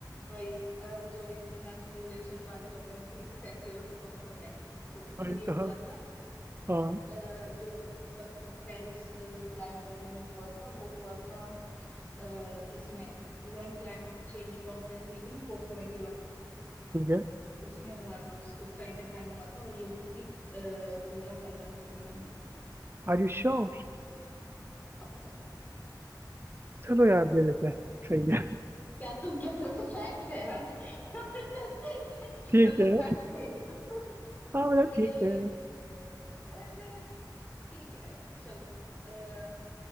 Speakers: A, on the left; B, on the right.
A: वही अब जो इंटरनेशनल रिलेशन वाले लोग हैं उनके लिए तो फेस्टिवल से कम तो है नहीं तो
B: वही
A: वो ये
B: तो
A: हुआ
B: हाँ
A: था
B: हाँ,
A: अ, जो जो मतलब अ, पेरिस क्लाइमेट एग्रीमेंट हुआ था वो हुआ था अ, इसमें यूएन क्लाइमेट चेंज कॉन्फ्रेंस हुई थी ना कोप ट्वेंटी वन
B: ठीक है
A: उसमें हुआ था उस उस टाइम पे साइन हुआ था और ये हुई थी दो हजार पंद्रह दिसंबर में
B: Are you sure
A: पक्का।
B: चलो यार दे देते हैं सही है
A: क्या तुम कह रहे हो कि फैक्ट है यार <laughs>
B: ठीक
A: मतलब
B: है
A: फैक्ट है ये तो
B: हाँ मतलब
A: बट ये
B: ठीक है
A: वैसे ठीक है चलो अ,